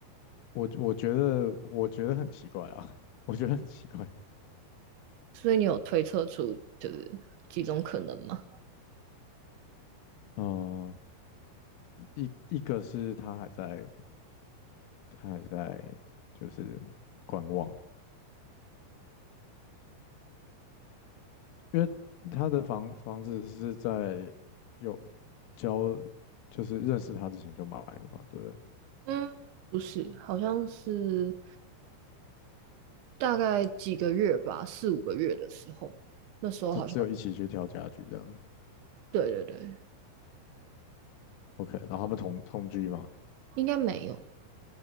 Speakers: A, on the left; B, on the right.
A: 我我觉得我觉得很奇怪啊，<laughs> 我觉得很奇怪，
B: 所以你有推测出就是几种可能吗？
A: 嗯、一一个是他还在他还在就是观望，因为他的房房子是在有交，就是认识他之前就买的嘛，对不对？
B: 嗯，不是，好像是大概几个月吧，四五个月的时候，那时候好像
A: 就只有一起去挑家具这样子。
B: 对对对，
A: OK，然后他们同同居嘛，
B: 应该没有。